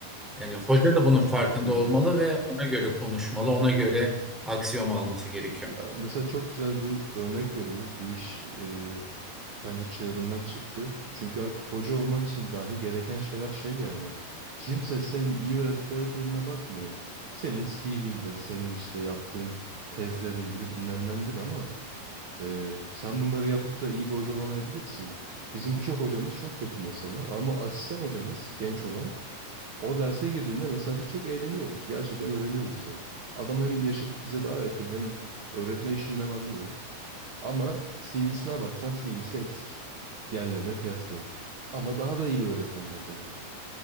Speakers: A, in the centre; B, on the right (about 45°).
A: Yani hoca da bunun farkında
B: Hı hı.
A: olmalı ve ona göre konuşmalı, ona göre aksiyon alması gerekiyor.
B: Ya, mesela çok güzel bir örnek vereyim. Bu iş e, bence çığırından çıktı. Çünkü artık hoca olmak için dahi gereken şeyler şey yani. Kimse senin iyi öğretip öğretmediğine bakmıyor. Senin CV'ndir, senin işte yaptığın tezlerindir, bilmem nendir ama Ee, sen bunları yapıp da iyi bir hoca olamayabilirsin. Bizim birçok hocamız çok kötü mesela ama asistan hocamız genç olan o derse girdiğinde mesela biz çok eğleniyoruz. Gerçekten öğreniyoruz da. Adam hem yaşı bize daha yakın hem öğretme işinden anlıyor. Ama CV'sine baksan CV'si eksik. Diğerlerine kıyasla. Ama daha da iyi bir öğretmen mesela.